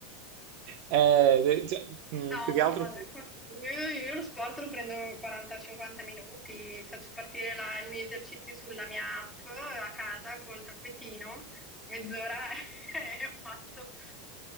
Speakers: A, on the right (about 45°); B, in the centre.
A: Eh, cioè, mm,
B: No,
A: più che altro.
B: ecco, io, io lo sport lo prendo 40-50 minuti, faccio partire la- i miei esercizi sulla mia app a casa col tappetino, mezz'ora <laughs> e ho fatto.